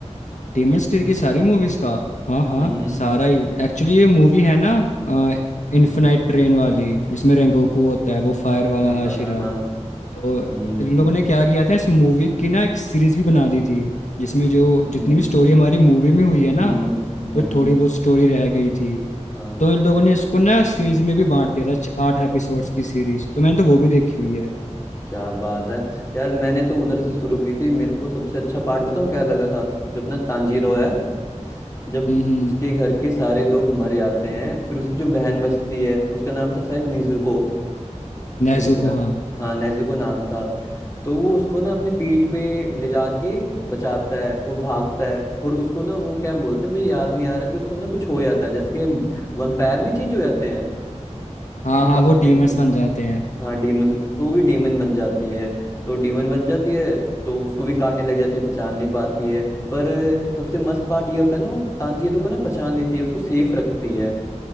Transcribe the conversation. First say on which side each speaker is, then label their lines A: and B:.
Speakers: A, on the left; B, on the left.
A: डेमन स्लेयर की सारी मूवीज का हाँ हाँ
B: हम्म
A: सारा ही एक्चुअली ये मूवी है ना इन्फिनाइट
B: हम्म
A: ट्रेन वाली जिसमें रेंगोकू होता है वो फायर वाला
B: हम्म,
A: हाशिरा
B: हाँ हाँ हाँ हाँ,
A: तो
B: हम्म
A: इन लोगों ने क्या किया था इस मूवी की ना एक सीरीज भी बना दी थी जिसमें जो
B: हम्म
A: जितनी भी स्टोरी हमारी मूवी में हुई है
B: हम्म
A: ना
B: हम्म,
A: तो थोड़ी बहुत स्टोरी रह गई थी
B: हाँ
A: तो इन लोगों ने इसको ना सीरीज में भी बांट दिया था छ- आठ एपिसोड्स की सीरीज तो मैंने तो वो भी देखी हुई है
B: क्या बात है यार मैंने तो उधर से शुरू की थी मेरे को सबसे अच्छा पार्ट बताऊं क्या लगा था जो अपना तांजीरो है जब
A: हम्म हम्म
B: उसके घर के सारे लोग मर जाते हैं फिर उसकी जो बहन बचती है उसका नाम था शायद निजुको
A: नेजुको
B: मेरे ख्याल
A: हाँ
B: हाँ नेजुको नाम था तो वो उसको ना अपने पीठ पे ले जाके बचाता है और भागता है और उसको ना वो क्या बोलते हैं मुझे याद नहीं आ रहा कि उसको ना कुछ हो जाता है जैसे कि वंपायर नहीं चेंज हो जाते हैं
A: हाँ
B: उनको
A: हाँ
B: काट
A: वो डीमंस
B: ले तो
A: बन जाते हैं
B: हाँ डीमन तो वो भी डीमन बन जाती है तो डीमन बन जाती है तो उसको भी काटने लग जाती है पहचान नहीं पाती है पर सबसे मस्त पार्ट ये होता है ना वो तांजीरो को ना पहचान लेती है उसको सेफ रखती है